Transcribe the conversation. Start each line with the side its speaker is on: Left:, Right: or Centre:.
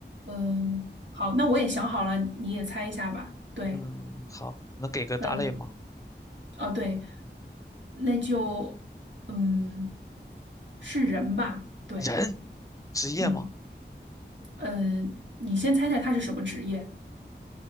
Right: 嗯，好，那我也想好了，你也猜一下吧，对，
Left: 嗯，好，能给个大类吗？
Right: 嗯，哦对，那就嗯是人吧，对，
Left: 人，职业吗？
Right: 嗯。嗯、呃你先猜猜他是什么职业？